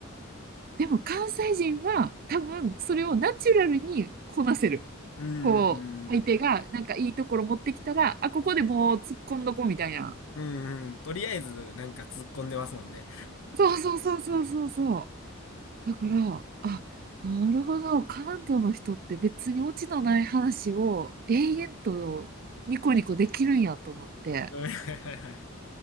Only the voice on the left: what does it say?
うん、
う
ん、
うん、うんとりあえず、なんか突っ込んでますもんね。
うんはいはいはい